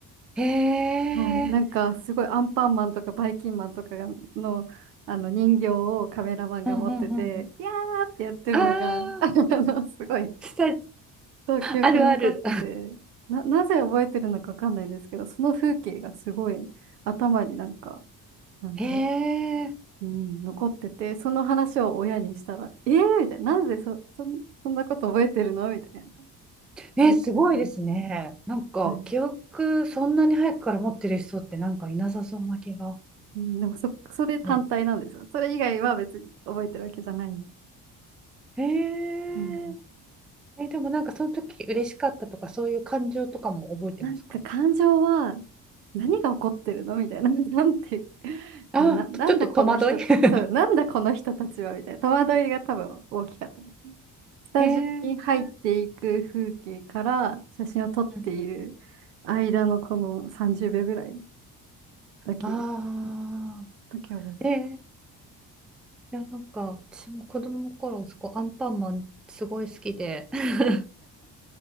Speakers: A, in the centre; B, on the right.
A: へえ、
B: はい。なんかすごいアンパンマンとかバイキンマンとかがの、あの人形をカメラマンが持ってて、
A: うん、うん、うん。
B: いやーってやってるのが、
A: ああ。
B: <laughs> あの、すごい、
A: <laughs> さ
B: そう記憶に残ってて、
A: あるある。
B: な、なぜ覚えてるのかわかんないですけど、その風景がすごい頭になんか、なんだろ
A: へえ、
B: う、うん、残ってて、その話を親にしたら、えーみたいな、なんでそ、<laughs> そん、そんなこと覚えてるのみたいな。
A: え、
B: びっくりする。
A: すごいですね。なんか記憶そんなに早くから持ってる人ってなんかいなさそうな気が。
B: はい。うん、でもそ、それ単体なんですよ。
A: うん
B: それ以外は別に覚えてるわけじゃない。
A: へえ、
B: うん。
A: え、でもなんかその時嬉しかったとかそういう感情とかも覚えてますか
B: なんか感情は何が起こってるのみたいな。<laughs> なんて、
A: あ、
B: な、なんだこの人と、
A: ちょっと戸惑い
B: そう、
A: <laughs>
B: なんだこの人たちはみたいな。戸惑いが多分大きかったですね。スタジオに入っていく風景から写真を撮っている
A: へえ、うんうん
B: 間のこの30秒ぐらいだけ、
A: ああ
B: だけ覚えてます。
A: ー、へえ。いや、なんか、私も子供の頃、すごいアンパンマンすごい好きで、<laughs>